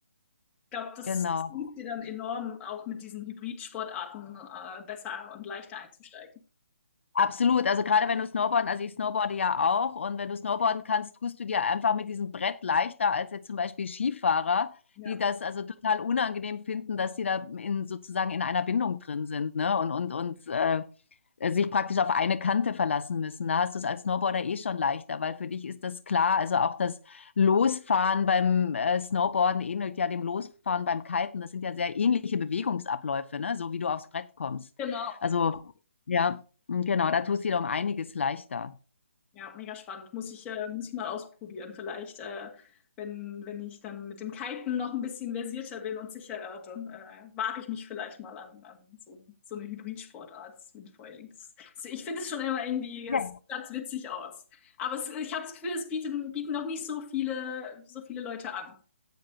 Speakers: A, on the left; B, on the left.
A: ich glaube, das,
B: genau.
A: das hilft dir dann enorm, auch mit diesen Hybrid-Sportarten äh, besser und leichter einzusteigen.
B: Absolut, also gerade wenn du Snowboarden, also ich snowboarde ja auch und wenn du Snowboarden kannst, tust du dir einfach mit diesem Brett leichter als jetzt zum Beispiel Skifahrer,
A: Ja.
B: die das also total unangenehm finden, dass sie da in sozusagen in einer Bindung drin sind, ne? Und und und äh, äh, sich praktisch auf eine Kante verlassen müssen. Da hast du es als Snowboarder eh schon leichter, weil für dich ist das klar. Also auch das Losfahren beim äh, Snowboarden ähnelt ja dem Losfahren beim Kiten. Das sind ja sehr ähnliche Bewegungsabläufe, ne? so wie du aufs Brett kommst.
A: Genau.
B: Also ja, genau, da tust du dir um einiges leichter.
A: Ja, mega spannend. Muss ich, äh, muss ich mal ausprobieren. Vielleicht, äh, wenn, wenn ich dann mit dem Kiten noch ein bisschen versierter bin und sicherer, dann äh, wage ich mich vielleicht mal an, an so, so eine Hybridsportart, das Windfoiling. Das, das, ich finde es schon immer irgendwie,
B: Ja.
A: es sieht witzig aus. Aber es, ich habe das Gefühl, es bieten, bieten noch nicht so viele, so viele Leute an.